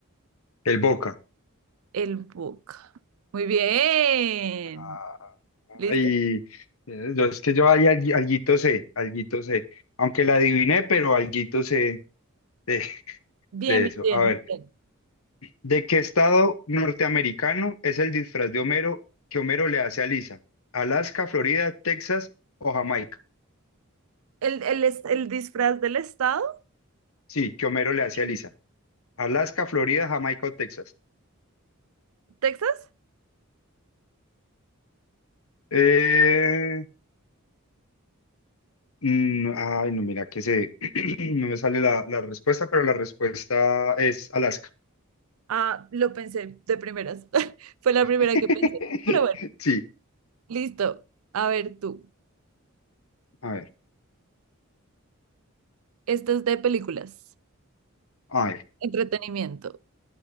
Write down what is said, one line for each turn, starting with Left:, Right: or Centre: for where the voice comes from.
Left: el Boca.
Right: El Boca. Muy bien.
Left: Ah.
Right: Listo.
Left: Ay, eh, yo- es que yo ahí algu- alguito sé, alguito sé. Aunque la adiviné, pero alguito sé de, <laughs>
Right: Bien,
Left: de
Right: bien,
Left: eso.
Right: bien,
Left: A ver,
Right: muy bien.
Left: ¿de qué estado norteamericano es el disfraz de Homero que Homero le hace a Lisa? ¿Alaska, Florida, Texas o Jamaica?
Right: ¿El, el, es- el disfraz del estado?
Left: Sí, que Homero le
Right: Sí.
Left: hace a Lisa. ¿Alaska, Florida, Jamaica o Texas?
Right: ¿Texas?
Left: Eh, mm, ay, no, mira, que se <clears throat> No me sale la, la respuesta, pero la respuesta es Alaska.
Right: Ah, lo pensé de primeras. <laughs> Fue la
Left: <laughs>
Right: primera que <laughs> pensé. Pero bueno,
Left: Sí,
Right: listo. A ver tú.
Left: a ver.
Right: Esto es de películas,
Left: a ver.
Right: entretenimiento.